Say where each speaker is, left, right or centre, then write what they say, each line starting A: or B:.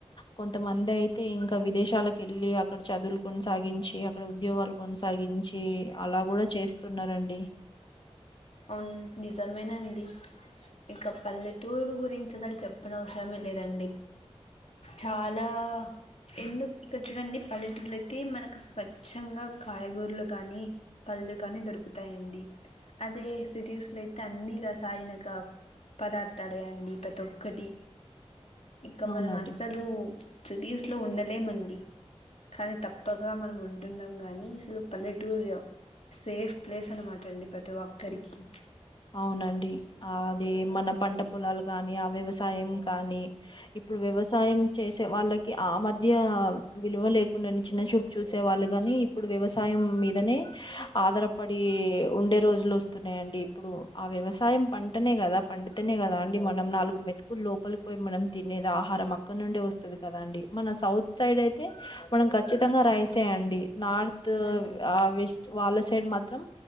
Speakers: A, on the left (about 45°); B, on the left (about 75°).
A: కొంతమంది అయితే ఇంకా విదేశాలక్ ఏళ్ళి అక్కడ చదువులు కొనసాగించి అక్కడ ఉ ఉద్యోగాలు కొనసాగించి అలా గూడా చేస్తున్నారండి.
B: అవున్ నిజమేనండి. ఇంకా పల్లెటూరు గురించి అసలు చెప్పన్ అవసరమే లేదండి. చాలా ఎందుక్ ఇక్కడ చూడండి. పల్లెటూరులో అయితే మనకు స్వచ్ఛంగా కాయగూరలు కానీ ప ఓలూ కానీ దొరుకుతాయండి. అదే సిటీస్లా అయితే అన్ని రసాయనిక పదార్థాలే అండి. ప్రతి ఒక్కటి ఇంకా
A: అవునండి
B: మనం అసలు స్థిదిస్లో ఉండలేమండి. కానీ తప్పకా మనం ఉంటున్నాం గాని అసలు పల్లెటూలయో సేఫ్ ప్లేస్ అనమాటండి ప్రతి ఒక్కరికి.
A: అవునండి, ఆ అది మన పంట పొలాలు కాని, ఆ వ్యవసాయం కానీ ఇప్పుడు వ్యవసాయం చేసి తే వాళ్ళకి ఆ మధ్యా విలువ లేకుండాన్ చిన్న చూపు చూసే వాళ్ళు గాని ఇప్పుడు వ్యవసాయం మీదనే ఆధారపడి ఉండే రోజులు వస్తున్నాయండి. ఇప్పుడు ఆ వ్యవసాయం పంటనే గదా, పండితనే గదా అండి. మనం నాలుగు మెతుకులు లోపల్క్ పోయి మనం తినే ఏదా ఆహారం అక్కడ నుండే వస్తది కదా అండి. మన సౌత్ సైడ్ అయితే మనం ఖచ్చితంగా రైసే అండి. నార్త్
B: అవునండి
A: ఆ వెస్ట్ వాళ్ళ సైడ్ మాత్రం.